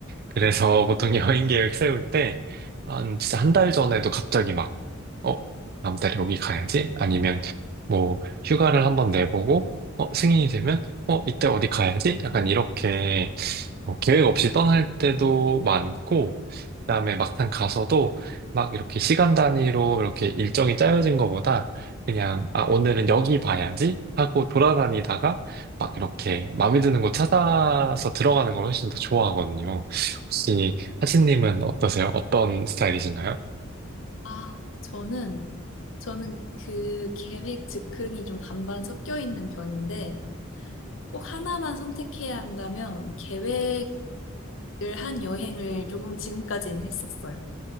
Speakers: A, on the right; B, on the left.
A: 그래서 <laughs> 보통 여행 계획 세울 때 한 진짜 한 달 전에도 갑자기 막 어, 다음 달에 여기 가야지? 아니면 뭐 휴가를 한번 내보고 어, 승인이 되면 어, 이때 어디 가야지? 약간 이렇게 어, 계획 없이 떠날 때도 많고, 그다음에 막상 가서도 막 이렇게 시간 단위로 이렇게 일정이 짜여진 것보다 그냥, 아, 오늘은 여기 봐야지 하고 돌아다니다가 막 이렇게 마음에 드는 곳 찾아서 들어가는 걸 훨씬 더 좋아하거든요. 혹시 하신님은 어떠세요? 어떤 스타일이신가요?
B: 아, 저는, 저는 그 계획 즉흥이 좀 반반 섞여 있는 편인데, 꼭 하나만 선택해야 한다면 계획을 한 여행을 조금 지금까지는 했었어요.